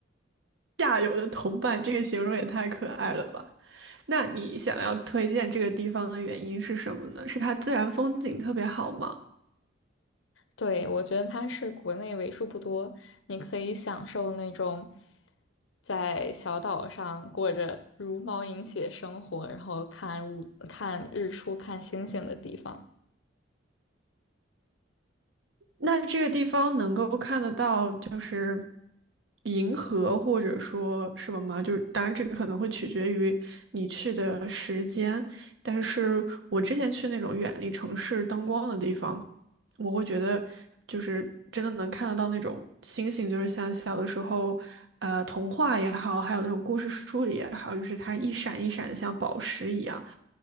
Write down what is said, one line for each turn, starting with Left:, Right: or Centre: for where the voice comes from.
Right: 下游的同伴，这个形容也太可爱了吧？那你想要推荐这个地方的原因是什么呢？是它自然风景特别好吗？
Left: 对，我觉得它是国内为数不多，你可以享受那种在小岛上过着茹毛饮血生活，然后看日看日出、看星星的地方。
Right: 那这个地方能够看得到，就是银河或者说什么吗？就是当然这个可能会取决于你去的时间，但是我之前去那种远离城市灯光的地方，我会觉得就是真的能看得到那种星星，就是像小的时候，呃，童话也好，还有那种故事书里也好，就是它一闪一闪的像宝石一样。